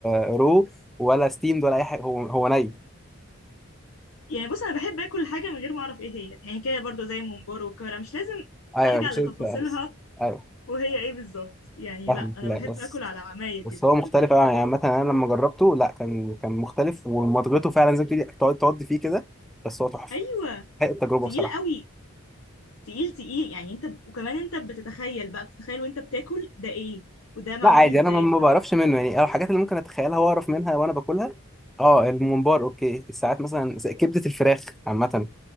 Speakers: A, in the centre; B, on the left (about 75°).
A: رو ولا ستيمد ولا اي حاجه هو هو ني
B: يعني بص انا بحب اكل حاجه من غير ما اعرف ايه هي يعني كده برضو زي الممبار والكرة مش لازم
A: ايوه
B: ارجع
A: مش
B: لتفاصيلها
A: انت بس ايوه
B: وهي ايه بالظبط يعني
A: فاهم
B: لا انا
A: لا
B: بحب
A: بس
B: اكل على عمايه
A: بس
B: كده
A: هو مختلف أوي. يعني مثلا انا لما جربته لا كان كان مختلف ومضغته فعلا زي ما بتقولي تقعد تقعد فيه كده بس هو تحفه
B: ايوه
A: حقيقة التجربه
B: تقيل
A: بصراحه
B: قوي تقيل تقيل يعني انت وكمان انت بتتخيل بقى بتتخيل وانت بتاكل ده ايه وده معمول
A: لا عادي
B: ازاي
A: انا ما ما
B: فبحس
A: بعرفش منه يعني أو الحاجات اللي ممكن اتخيلها واعرف منها وانا باكلها اه الممبار اوكي الساعات مثلا زي كبده الفراخ عامه من